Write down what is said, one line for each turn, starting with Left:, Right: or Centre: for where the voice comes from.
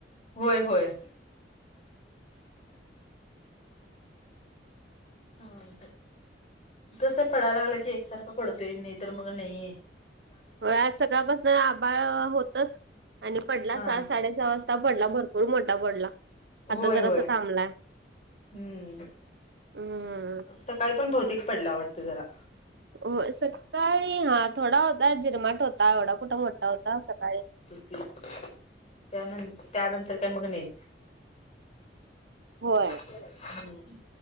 Left: होय होय. हां. कसं पडायला लागलाय की एकसारखं पडतोय नाही तर मग नाही.
Right: होय, आज सकाळपासन आभाळ होतच आणि पडला
Left: हा
Right: सहा साडे सहा वाजता. ता पडला. भरपूर मोठा पडला. आता
Left: होय
Right: जरासं
Left: होय
Right: थांबलाय.
Left: हम्म
Right: हम्म.
Left: सकाळी पण बहुतेक पडला वाटत जरा.
Right: हो. सकाळी हा थोडा होता. झिरमाट होता एवढा कुठं मोठा होता सकाळी.
Left: त्यान त्यानंतर काय मग नाहीच.
Right: होय.
Left: हम्म.